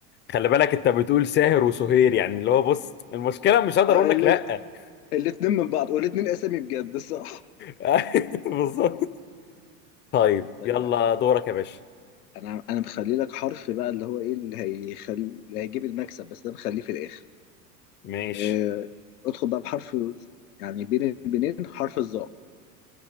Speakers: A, on the left; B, on the left.
A: خلي بالك انت بتقول ساهر وسهير يعني اللي هو بص المشكله مش هقدر
B: اه
A: اقول لك لا
B: الاثنين من بعض والاثنين اسامي بجد صح
A: <laughs> بالظبط طيب
B: طيب
A: يلا دورك يا باشا
B: انا انا مخلي لك حرف بقى اللي هو ايه اللي هيخلي اللي هيجيب المكسب بس ده مخليه في الاخر
A: ماشي
B: آه، ادخل بقى بحرف يعني بين البنين حرف الظاء